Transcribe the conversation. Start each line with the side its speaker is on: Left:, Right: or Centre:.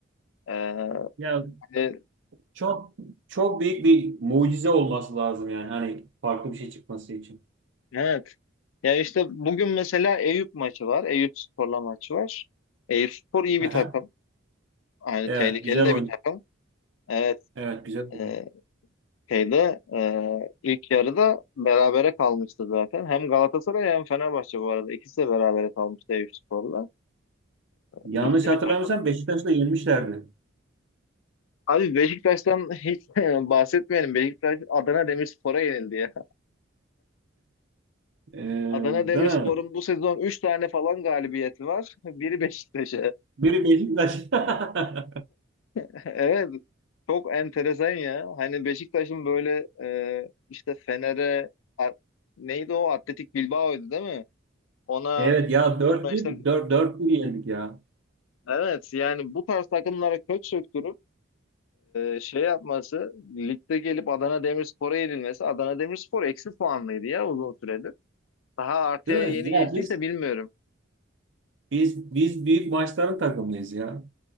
Left: E,
Right: Ya
Left: hani,
Right: çok çok büyük bir mucize olması lazım yani hani farklı bir şey çıkması için.
Left: evet, Ya işte bugün mesela Eyüp maçı var. Eyüp Spor'la maçı var. Eyüp Spor iyi
Right: Aha.
Left: bir takım. yani
Right: Evet
Left: tehlikeli
Right: güzel
Left: de
Right: oyun.
Left: bir takım. Evet.
Right: Evet güzel oyun.
Left: E, şeyde e, ilk yarıda berabere kalmıştı zaten. Hem Galatasaray hem Fenerbahçe bu arada. İkisi de berabere kalmıştı Eyüp Spor'la.
Right: Yanlış
Left: Güçlü
Right: hatırlamıyorsam
Left: bir takım.
Right: Beşiktaş'ı da yenmişlerdi.
Left: Abi Beşiktaş'tan hiç <laughs> bahsetmeyelim. Beşiktaş Adana Demirspor'a yenildi ya.
Right: E,
Left: Adana Demirspor'un
Right: değil mi?
Left: bu sezon 3 tane falan galibiyeti var. Biri Beşiktaş'a.
Right: Biri Beşiktaş. <laughs>
Left: <laughs> Evet. Çok enteresan ya. Hani Beşiktaş'ın böyle e, işte Fener'e a- neydi o? Atletik Bilbao'ydu değil mi? Ona
Right: Evet ya 4-1
Left: ona işte
Right: dört bir dört dört bir yendik ya.
Left: evet yani bu tarz takımlara kök söktürüp e, şey yapması ligde gelip Adana Demirspor'a yenilmesi Adana Demirspor eksi puanlıydı ya uzun süredir. Daha artıya
Right: Değil mi?
Left: yeni
Right: Ya
Left: geçtiyse
Right: biz
Left: bilmiyorum.
Right: biz biz büyük maçların takımıyız ya.